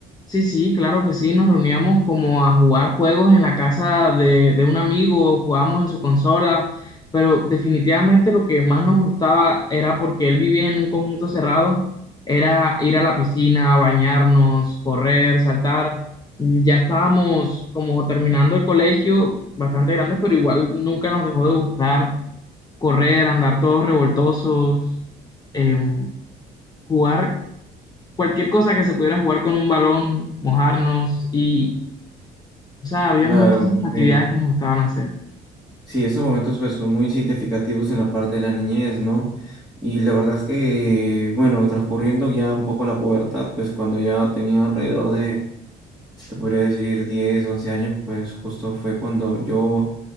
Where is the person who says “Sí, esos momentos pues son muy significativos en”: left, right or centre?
Centre